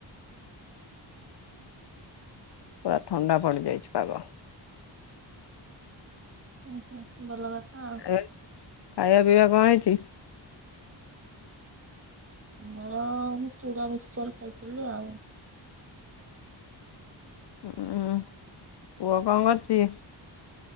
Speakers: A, on the left; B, on the right.
A: ପୁରା ଥଣ୍ଡା ପଡ଼ିଯାଇଛି ପାଗ।
B: ଓହୋ ଭଲ କଥା ଆଉ।
A: ଏ ଖାଇବା ପିଇବା କ ହେଇଛି?
B: ମୋର ମୁଁ ଚୁଡା ମିକ୍ସଚର ଖାଇଥିଲି ଆଉ।
A: ହୁଁ ପୁଅ କ କରୁଛି?